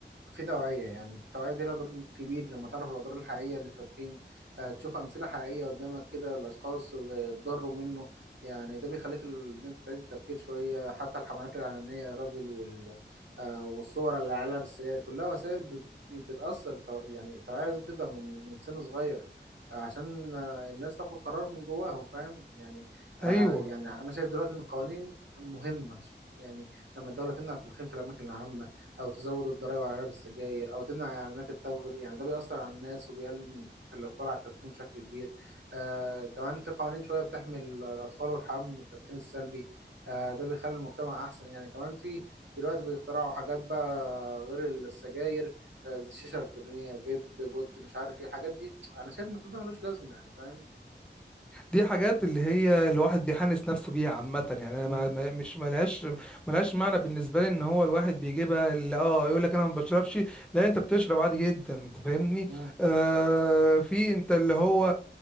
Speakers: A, on the right; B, in the centre.
A: في توعية يعني التوعية دي لها دور كبير لما تعرف الأضرار الحقيقية للتدخين آه، تشوف أمثلة حقيقية قدامك كده الأشخاص اتضروا منه يعني ده بيخليك ال- إن أنت تعيد التفكير شوية حتى الحملات الإعلانية يا راجل وال... آه، والصور اللي عليها بالسجاير كلها وسائل ب- بتأثر التو... يعني التوعية لازم تبدأ من من سن صغير آه، عشان آه، الناس تاخد قرار من جواهم فاهم يعني آه،
B: ايوه
A: يعني أنا شايف دلوقتي إن القوانين مهمة يعني لما الدولة تمنع التدخين في الأماكن العامة او تزود الضرائب على علب السجاير او تمنع اعلانات التبغ دي يعني ده بيأثر على الناس وبيقلل من حته الاقبال على التدخين بشكل كبير آه كمان في قوانين شويه بتحمي الاطفال والحمام من التدخين السلبي آه ده بيخلي المجتمع احسن يعني كمان في دلوقتي بيخترعوا حاجات بقى غير السجاير آه، شيشه الكترونيه فيب بود مش عارف ايه الحاجات دي انا شايف ان كل ده ملوش لازمه يعني فاهم
B: دي حاجات اللي هي الواحد بيحنس نفسه بيها عامة يعني انا
A: امم
B: ما ما- مش ملهاش ملهاش معنى بالنسبة لي ان هو الواحد بيجيبها اللي اه يقول لك انا ما بشربش لا انت بتشرب عادي جدا انت فاهمني
A: امم
B: آه في انت اللي هو